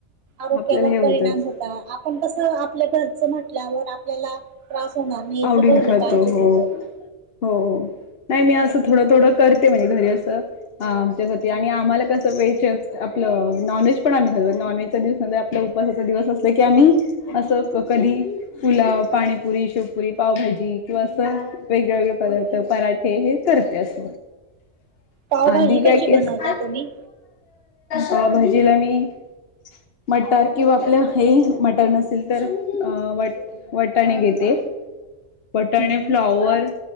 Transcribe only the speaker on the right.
आरोग्यावर
परिणाम होता पण कसं आपल्या घरचं म्हटल्यावर आपल्याला त्रास होणार. <unintelligible>
पावभाजी
कशी
बनवता तुम्ही
हम्म हम्म